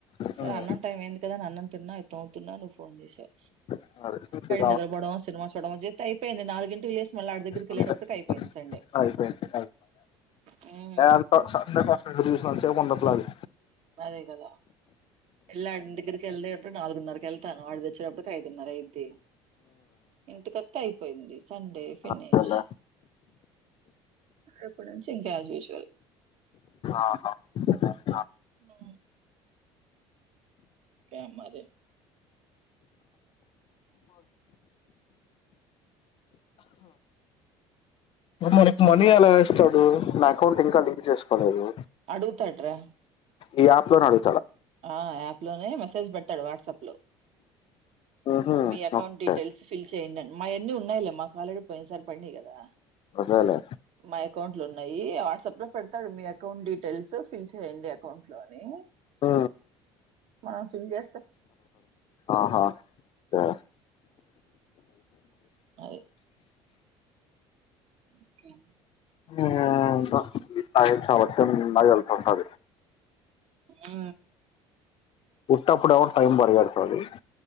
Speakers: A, on the left; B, on the right.
A: ఉమ్
B: సరే అన్నం టైం అయింది కదాని అన్న తిన్నా ఇది తోముతున్న నువ్వు ఫోన్ చేసావు
A: సరే
B: నిద్రబోవడం సినిమా చూడడమొ చేతే అయిపోయింది నాలిగింటికి లేచి మళ్ళ ఆడి దగ్గరికి
A: అంతే
B: వెళ్ళటప్పటికి అయిపోయింది సండే.
A: అయిపోయింది
B: హ్మ్
A: ఏంట సండే కోసం ఎదురుచూసినంతసేపు ఉండట్లే అది
B: అదే కదా పిల్లాడి దగ్గరికి వెళ్లేటప్పుడు నాలుగున్నరకి వెళ్తాను ఆడిది వచ్చినప్పటికి ఐదున్నర అయిద్ది ఇంటికొత్తే అయిపోయింది సండే ఫినిష్
A: అంతేలే
B: రేపటినుంచి ఆస్యుజువల్
A: ఆహా ఇంకేమి
B: ఉ కేం మరి
A: ఇప్పుడు మనకు మనీ ఎలా ఇస్తాడు నా అకౌంట్ ఇంకా లింక్ చేసుకోలేదు
B: అడుగుతాడ్రా
A: ఈ యాప్లో నాడు
B: ఆ యాప్ లోనే మెసేజ్ పెడతాడు వాట్సాప్ లో
A: ఉహు
B: మీ అకౌంట్
A: ఓకే
B: డీటెల్స్ ఫిల్ చేయ్యడని మాయన్ని ఉన్నాయిలే మాకు ఆల్రెడీ పోయిన సారి పడినాయి కదా
A: అదేలే
B: మా అకౌంట్ లో ఉన్నాయి వాట్సాప్ లో పెడతాడు మీ అకౌంట్ డీ టేల్స్ ఫిల్ చెయండి అకౌంట్ లోని
A: ఆ
B: మనం ఫిల్ చె
A: ఆహా సరే
B: అదే ఒకే
A: ఏందో ఈ టైం చాలా చిన్నగ వెళ్తుంటది
B: ఉ
A: ఉటప్పుడు ఏమో టైం బరిగేడుతది